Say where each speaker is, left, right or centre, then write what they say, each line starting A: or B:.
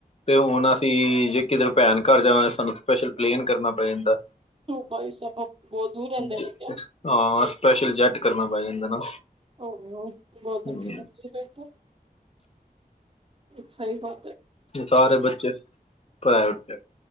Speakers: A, on the left; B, on the right.
A: ਤੇ ਹੁਣ ਅਸੀਂ ਜੇ ਕਿਧਰ ਭੈਣ ਘਰ ਜਾਣਾ ਸਾਨੂੰ ਸਪੈਸ਼ਲ ਪਲੇਨ ਕਰਨਾ ਪੈ ਜਾਂਦਾ
B: ਬਾਈ ਸਾਡੇ ਬਹੁਤ ਦੂਰ ਰਹਿੰਦੇ
A: ਜ-
B: ਨੇ ਕਿਆ
A: ਹਾਂ ਸਪੈਸ਼ਲ ਜੈਟ ਕਰਨਾ ਪੈ ਜਾਂਦਾ ਨਾ
B: ਓਹੋ ਬਹੁਤ
A: ਹੂੰ,
B: ਅੱਛੀ ਲੜਕੀ ਹੈ ਫਿਰ ਤੋਂ ਇੱਕ ਸਾਹਿਬਾ
A: ਮੈਂ ਸਾਰੇ ਬੱਚੇ ਪੜਾਏ ਉਥੇ